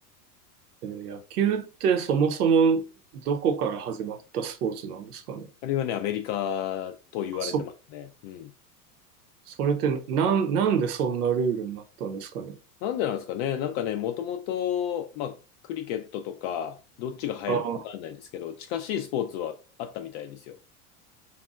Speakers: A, on the right; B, on the left.
A: えー野球ってそもそもどこから始まったスポーツなんですかね。
B: あれはね、アメリカと言われてますね。
A: あそ
B: うん。
A: それってなん、なんでそんなルールになったんですかね。
B: なんでなんですかね。なんかね、もともと、まあ、クリケットとか、どっちが早いのかわかんないですけど、
A: あー、
B: 近しいスポーツはあったみたいですよ。